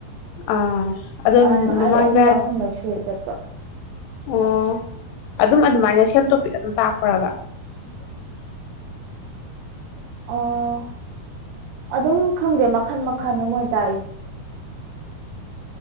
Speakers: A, on the left; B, on the right.
A: ꯑꯥ ꯑꯗꯨꯝ
B: ꯑ
A: ꯃꯃꯥꯡꯗ
B: ꯑꯩ ꯑꯅꯤꯔꯛ ꯑꯍꯨꯝꯂꯛ ꯁꯨꯔꯦ ꯆꯠꯄ
A: ꯑꯣ ꯑꯗꯨꯝ ꯑꯗꯨꯃꯥꯏꯅ ꯁꯦꯝ ꯇꯣꯄꯤꯛ ꯑꯗꯨꯝ ꯇꯥꯛꯄ꯭ꯔꯕ
B: <inaudible> ꯑꯣ ꯑꯗꯨꯝ ꯈꯪꯗꯦ ꯃꯛ ꯃꯈꯟ ꯃꯈꯜꯅꯦ ꯃꯣꯏ ꯇꯥꯛꯏꯁꯤ